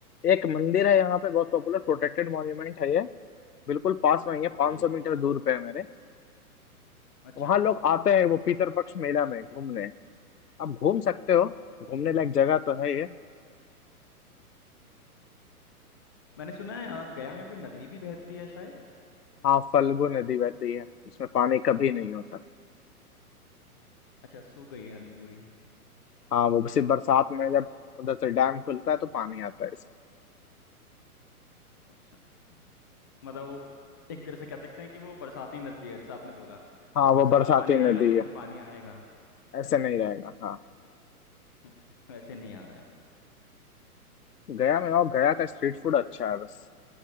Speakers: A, on the left (about 85°); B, on the left (about 15°).
A: एक मंदिर है यहाँ पे बहुत पॉपुलर प्रोटेक्टेड मॉन्यूमेंट है ये बिल्कुल पास में ही है
B: ओके
A: 500 मीटर दूर पे है मेरे
B: अच्छा
A: वहाँ लोग आते हैं वो पीतर पक्ष मेला में घूमने आप घूम सकते हो घूमने लायक जगह तो है ये
B: मैंने सुना है अ, गया में कोई नदी भी बहती है शायद
A: हाँ फल्गु नदी बहती है उसमें पानी कभी नहीं होता
B: अच्छा सूख गई है नदी पूरी
A: हाँ वो सिर्फ बरसात में जब उधर से डैम खुलता है तो पानी आता है इसमें
B: अच्छा मतलब वो एक तरह से कह सकते हैं कि वो बरसाती नदी है जैसे आपने बोला
A: हाँ
B: जब बरसात
A: वो बरसाती
B: में पानी
A: नदी
B: आएगा तो उसमें
A: है
B: पानी आएगा
A: ऐसे नहीं रहेगा हाँ
B: <laughs> वैसे नहीं आता है
A: गया में और गया का स्ट्रीट फूड अच्छा है बस